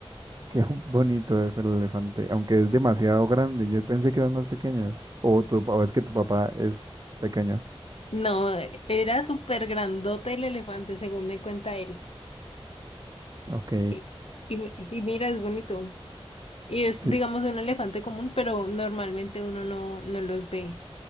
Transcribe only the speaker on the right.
qué <laughs> bonito es el elefante, aunque es demasiado grande. Yo pensé que eran más pequeños. O, tu, o es que tu papá es pequeño.
Ok,
sí.